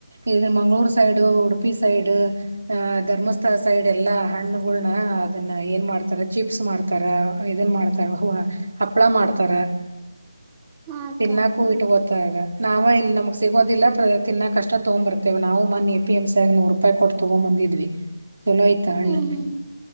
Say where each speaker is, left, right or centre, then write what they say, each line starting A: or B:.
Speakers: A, on the right; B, on the right.
A: ಇ ಮಂಗ್ಗಳೂರ್ ಸೈಡ್ ಉಡುಪಿ ಸೈಡ್ ಅ ಧರ್ಮಸ್ಥಳ ಸೈಡ್ ಎಲ್ಲಾ ಹಣ್ಣುಗಳನ ಅದನ್ನ ಏನ್ ಮಾಡ್ತಾರ ಚಿಪ್ಸ್ ಮಾಡ್ತಾರ ಇದನ್ ಮಾಡ್ತಾರ ಹ ಹಪ್ಪಳ ಮಾಡ್ತಾರ.
B: ಹಾ ಅಕ್ಕ
A: ತಿನ್ನಕೂ ಇಟ್ಟು ಕೋ. ತಾಗ ನಾವ ಇಲ್ಲಿ ನಮಗ್ ಸಿಗೋದಿಲ್ಲ ತಿನ್ನ ಕಷ್ಟ ತಗೋ ಬರ್ತೇವ ನಾವು ಮನ್ನಿ ಎ ಪಿ ಎಮಂ ಸಿ ಯಾಗ ನೂರ್ ರೂಪಾಯಿ ಕೊಟ್ಟ ತಗೊಂಡ್. ಬಂದಿದ್ವಿ ಚಲೋ ಇತ್ತ ಹಣ್ಣ.
B: ಹ್ಮ್ ಹ್ಮ್